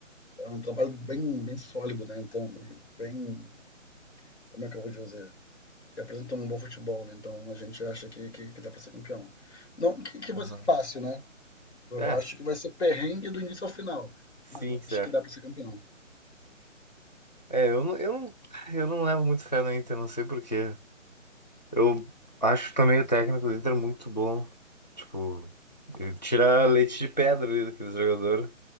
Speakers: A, on the left; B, on the left.
A: é um trabalho bem, bem sólido, né? Então, e bem, como é que eu vou dizer? e apresentam um bom futebol, né? Então a gente acha que, que, que dá para ser campeão. Não que, que vai
B: Aham.
A: ser fácil, né? Eu
B: É,
A: acho que vai ser perrengue do início ao final,
B: sim,
A: mas eu
B: certo.
A: acho que dá para ser campeão,
B: É, eu não, eu não, ah, eu não levo muito fé no Inter, não sei por quê. Eu acho também o técnico do Inter muito bom. Tipo, ele tira leite de pedra ali daquele jogador.